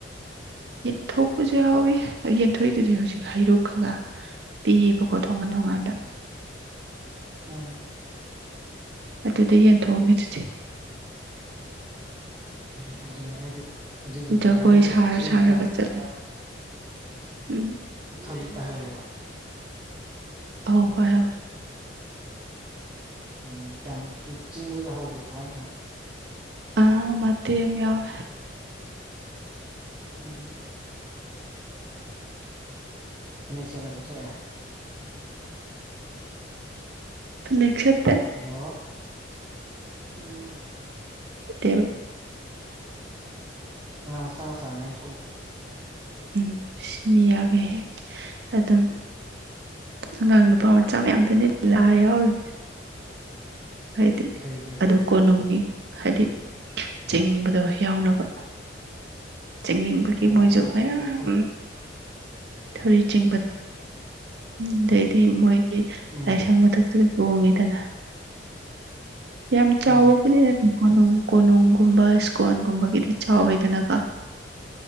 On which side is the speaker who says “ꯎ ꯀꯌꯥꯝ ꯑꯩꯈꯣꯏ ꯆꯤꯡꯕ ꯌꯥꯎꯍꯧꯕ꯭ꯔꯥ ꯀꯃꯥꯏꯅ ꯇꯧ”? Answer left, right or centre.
Right